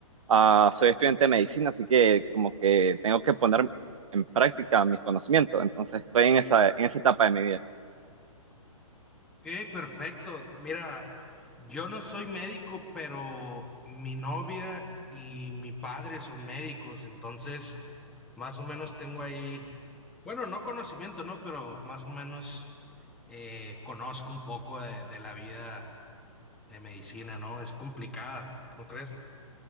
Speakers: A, on the right; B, in the centre.
A: Ah, soy estudiante de medicina, así que como que tengo que poner en práctica mis conocimientos. Entonces estoy en esa, en esa etapa de mi vida.
B: Ok, perfecto. Mira, yo no soy médico, pero mi novia y mi padre son médicos, entonces más o menos tengo ahí, bueno, no conocimiento, ¿no? Pero más o menos eh, conozco un poco de, de la vida de medicina, ¿no? Es complicada, ¿no crees?